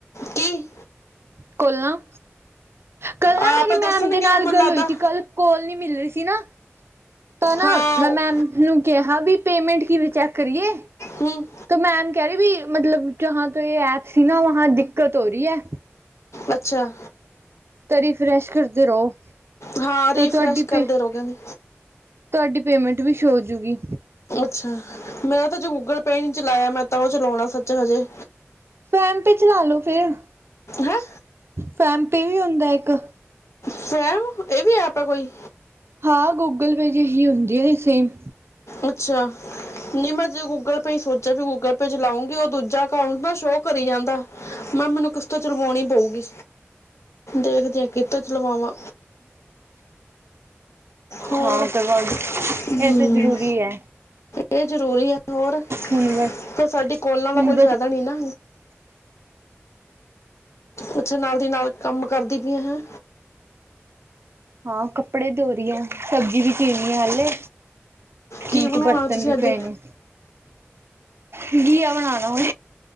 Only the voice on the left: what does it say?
ਕੀ?
ਆਪੇ
ਦੱਸਣਗੇ
ਉਹ
ਮੈਨੂੰ
ਲੱਗਦਾ
ਹਾਂ
ਉਹ-
ਹੂੰ
ਅੱਛਾ।
ਹਾਂ, ਰੀਫਰੈਸ਼
ਕਰਦੇ
ਰਹੋ, ਕਹਿੰਦੇ।
ਅੱਛਾ। ਮੇਰਾ ਤਾ ਅਜ ਗੂਗਲ ਪੇ ਨੀ ਚਲਾਇਆ, ਮੈਂ ਤਾਂ ਉਹ ਚਲਾਉਣਾ ਸੱਚ ਹਜੇ।
ਹੈ
ਫੈਮ! ਇਹ ਵੀ ਐਪ ਆ ਕੋਈ?
ਅੱਛਾ, ਨਹੀਂ ਮੈਂ ਅਜੇ ਗੂਗਲ ਪੇ ਈ ਸੋਚਿਆ ਗੂਗਲ ਗੂਗਲ ਪੇ ਚਲਾਉਂਗੀ, ਉਹ ਦੂਜਾ ਅਕਾੰਊਂਟ ਨਾ, ਸ਼ੋਅ ਕਰੀ ਜਾਂਦਾ, ਮੈਂ ਮੈਨੂੰ ਓਹ ਤਾਂ ਚਲਵਾਉਣੀ ਪਊਗੀ, ਦੇਖਦੇ ਆਂ, ਕਿਤੋ ਚਲਵਾਵਾਂ। ਹੋਰ?
ਹਮ।
ਇਹ ਜ਼ਰੂਰੀ ਆ ਹੋਰ,
ਫੇਰ ਸਾਡੀ ਕੋਲਾਂ ਦਾ
ਕੋਈ ਫਾਇਦਾ ਨਹੀ ਨਾ। ਅੱਛਾ ਨਾਲ ਦੀ ਨਾਲ ਕੰਮ ਕਰਦੀ ਪਈਆਂ ਹੈ।
ਕੀ
ਬਣਾਉਣਾ
ਤੁਸੀਂ
ਅੱਜ